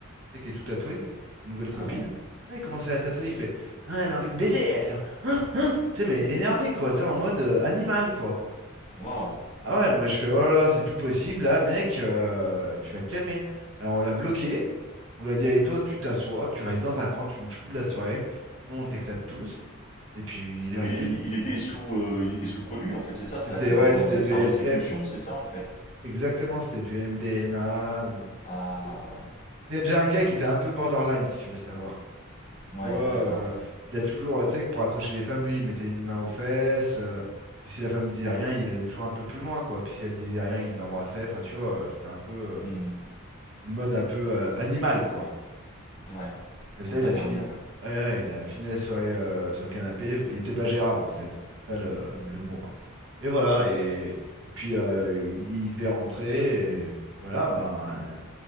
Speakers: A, on the right; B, on the left.
A: sais, qui est tout tatoué, sa nouvelle copine.
B: Ah bon
A: Ouais, il commence à la tatouer, il fait Ah, elle a envie de baiser, elle! Hein? Hein? Tu sais, mais énervé, quoi, tu sais, en mode euh, animal, quoi.
B: Waouh.
A: Ah ouais, moi je fais Oh là là, c'est plus possible, là, mec, euh, tu vas te calmer. Alors on l'a bloqué, on lui a dit Allez, toi, tu t'assois, tu restes dans un coin, tu bouges plus de la soirée, sinon on t'éclate tous. Et puis il est resté.
B: Mais il il était sous, euh, il était sous produit en fait, c'est ça. Ça
A: C'était,
B: a complètement
A: ouais, c'était
B: exacerbé
A: du.
B: ses
A: eh,
B: pulsions, c'est ça en fait.
A: Exactement, c'était du MDMA ou.
B: Ah
A: C'était
B: ouais.
A: déjà un gars qui était un peu borderline, si tu veux savoir.
B: Ouais,
A: Tu vois,
B: d'accord.
A: euh, il a toujours, euh, tu sais, que pour accrocher les femmes, lui, il mettait une main aux fesses. euh, puis si la femme disait rien, il allait toujours un peu plus loin, quoi. Puis si elle disait rien, il l'embrassait. Enfin, tu vois, c'était un peu euh,
B: Hmm.
A: une mode un peu euh, animale, quoi.
B: Ouais.
A: David,
B: Un
A: Là,
B: peu
A: il
B: interminable.
A: a fini, ouais, ouais, il a fini la soirée euh, sur le canapé. Il n'était pas gérable, en fait. hein. C'est ça le,
B: Hmm.
A: le mot. hein. Et voilà. Et, et puis euh, il, il devait rentrer. Et puis voilà, ben, euh,